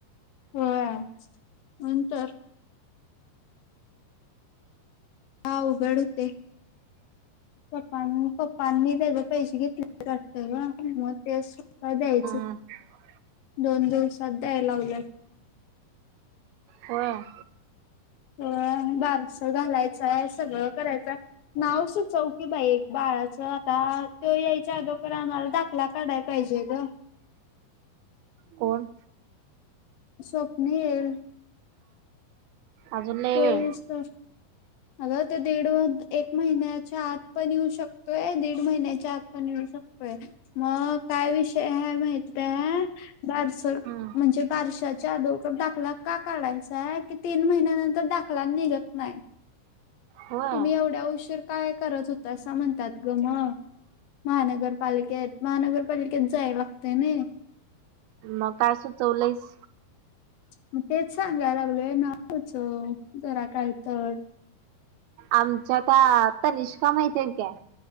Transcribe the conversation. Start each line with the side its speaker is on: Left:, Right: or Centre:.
Left: होय म्हणून तर अवघड होते. पप्पांनी पप्पांनी तेज्या पैशे घेतले वाटतं गं मग ते सुद्धा द्यायचं.
Right: हा.
Left: दोन दिवसात द्याय लावल्या.
Right: होय.
Left: होय आणि बारसं घालायचंय सगळं करायचय नाव सुचव की बाई एक बाळाचं आता तो यायच्या आदोकार आम्हाला दा खला काढाय पाहिजे गं.
Right: कोण
Left: स्वप्निल.
Right: अजून लय
Left: त्यो
Right: वेळ
Left: येऊस तर अगं ते दीड व एक महिन्याचा आत पण येऊ शकतोय दीड महिन्याच्या आत पण येऊ शकतोय मग काय विषय हाय माहिती आहे दारसर
Right: हम्म
Left: म्हणजे बारशाच्या आदोगर दाखला का काढायचाय की तीन महिन्यानं तर दाखला निघत नाय.
Right: होय
Left: तुम्ही एवढ्या उशीर काय करत होता असं म्हणतात गं म. महानगरपालिकेत महानगरपालिकेत जाय लागते नय.
Right: मग का सुचवल्यास?
Left: म तेच सांगाय लागलोय नाव सुचव जरा काय तर.
Right: आमच्या त्या तनिष्का माहिती आहे काय.